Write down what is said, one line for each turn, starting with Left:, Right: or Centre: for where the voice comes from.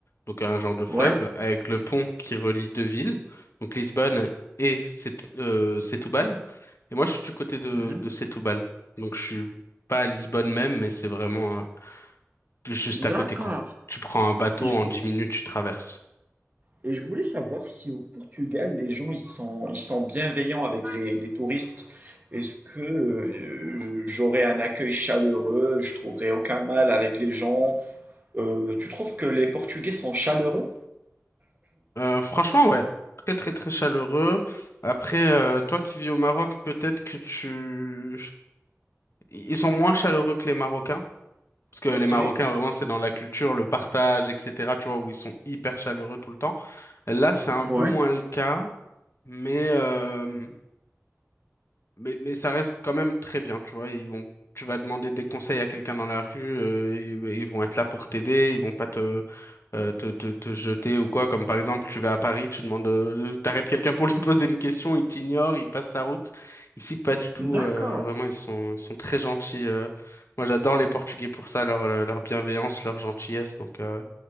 Left: donc un genre de fleuve,
Right: Ouais?
Left: avec le pont qui relie deux villes, donc Lisbonne et Set euh, Setúbal. Et moi, je suis du côté de,
Right: Mhm.
Left: de Setúbal. Donc, je suis pas à Lisbonne même, mais c'est vraiment euh, juste
Right: D'accord.
Left: à côté, quoi. Tu prends un bateau,
Right: Et je,
Left: en
Right: vou-
Left: 10 minutes, tu traverses.
Right: et je voulais savoir si au Portugal, les gens, ils sont, ils sont bienveillants avec les, les touristes. Est-ce que euh, j'aurai un accueil chaleureux? Je trouverai aucun mal avec les gens. Euh, tu trouves que les Portugais sont chaleureux?
Left: Euh, franchement, ouais. Très, très, très chaleureux. Après, euh, toi qui vis au Maroc, peut-être que tu... Ils sont moins chaleureux que les Marocains. Parce que
Right: Ok.
Left: les Marocains, vraiment, c'est dans la culture, le partage, etc. Tu vois, où ils sont hyper chaleureux tout le temps. Là, c'est un
Right: Ouais.
Left: peu moins le cas. Mais, euh, mais, mais ça reste quand même très bien, tu vois. Ils vont, tu vas demander des conseils à quelqu'un dans la rue, euh, ils, ils vont être là pour t'aider, ils vont pas te, euh, te, te, te jeter ou quoi. Comme par exemple, tu vas à Paris, tu demandes, euh, t'arrêtes quelqu'un pour lui <laughs> poser une question, il t'ignore, il passe sa route. Ici, pas du tout.
Right: D'accord.
Left: euh, vraiment, ils sont, ils sont très gentils. euh. Moi, j'adore les Portugais pour ça, leur, euh, leur bienveillance, leur gentillesse. Donc, euh,